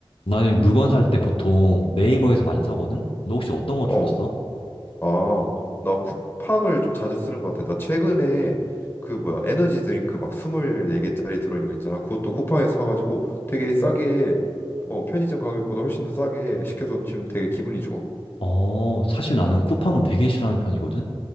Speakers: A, on the left; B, on the left.
A: 나는 물건 살 때 보통 네이버에서 많이 사거든? 너 혹시 어떤 거 주로
B: 어,
A: 써?
B: 아, 나 쿠팡을 좀 자주 쓰는 것 같아. 나 최근에 그 뭐야, 에너지 드링크 막 24개짜리 들어있는 거 있잖아. 그것도 쿠팡에서 사가지고 되게 싸게, 어, 편의점 가격보다 훨씬 더 싸게 시켜서 지금 되게 기분이 좋아.
A: 어, 사실 나는 쿠팡은 되게 싫어하는 편이거든?